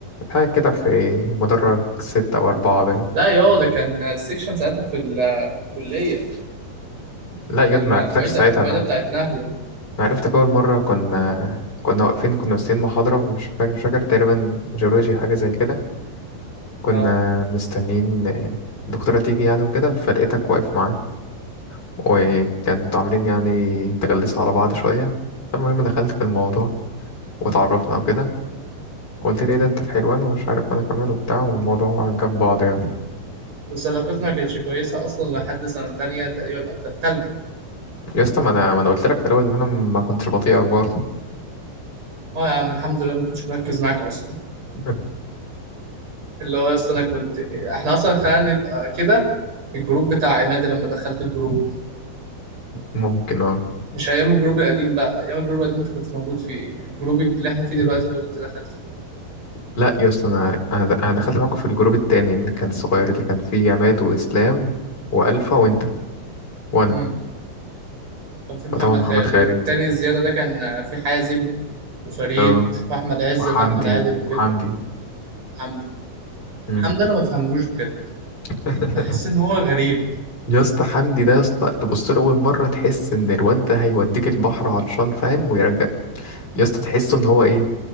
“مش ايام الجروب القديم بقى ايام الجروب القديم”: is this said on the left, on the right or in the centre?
Right